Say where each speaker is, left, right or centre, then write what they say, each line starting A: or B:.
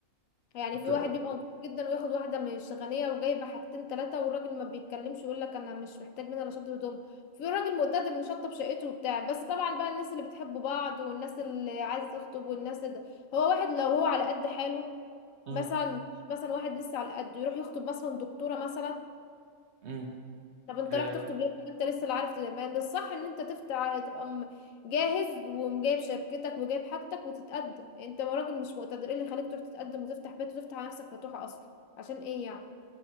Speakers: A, on the left; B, on the right.
A: يعني في
B: طب
A: واحد بيبقى نضيف جدا وياخد واحده مش غنيه وجايبه حاجتين ثلاثه والراجل ما بيتكلمش يقول لك انا مش محتاج منها لا شط هدوم في راجل مقتدر مشطب شقته وبتاع بس طبعا بقى الناس اللي بتحب بعض والناس اللي عايزه تخطب والناس ده هو واحد لو هو على قد حاله
B: امم
A: مثلا مش مثلا واحد لسه على قد يروح يخطب مثلا دكتوره مثلا
B: امم
A: طب انت
B: آه،
A: راح تخطب ليه ما انت لسه اللي عارف ده ما الصح ان انت تفتح تبقى م- جاهز ومجايب شبكتك وجايب حاجتك وتتقدم انت راجل مش مقتدر ايه اللي خليك تروح تتقدم وتفتح بيت وتفتح على نفسك فتوحة اصلا عشان ايه يعني